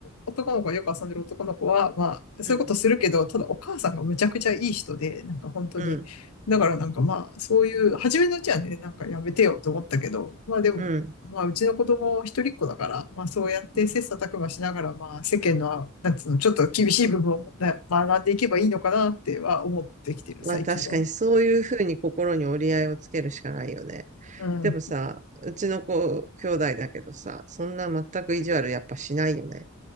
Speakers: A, on the left (about 85°); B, on the right (about 35°).
A: 男の子、よく遊んでる男の子は、まあ、そういうことするけど、
B: うん、
A: ただお母さんがむちゃくちゃいい人で、なんか本当に、
B: うん、
A: だからなんかまあ、そういう、初めのうちはね、なんかやめてよと思ったけど、まあでも、
B: うん。
A: まあ、うちの子供一人っ子だから、まあそうやって切磋琢磨しながら、
B: うん
A: まあ世間の、なんつうの、ちょっと厳しい部分をね学んでいけばいいのかなっては思ってきてる、
B: まあ確かにそういうふうに心に折り合いをつけるしかないよね。
A: 最近は。うん。
B: でもさ、うちの子、兄弟だけどさ、そんな全く意地悪やっぱしないよね。